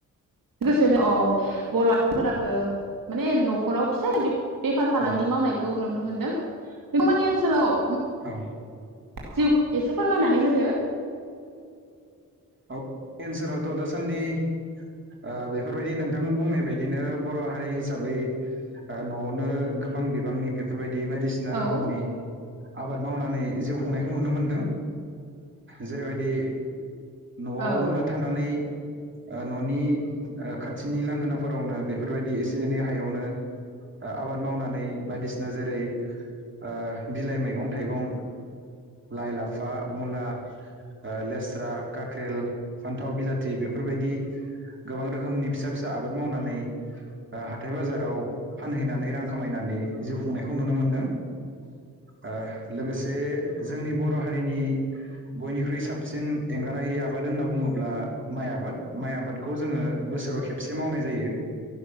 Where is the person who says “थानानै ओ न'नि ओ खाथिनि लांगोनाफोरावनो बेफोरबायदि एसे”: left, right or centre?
Right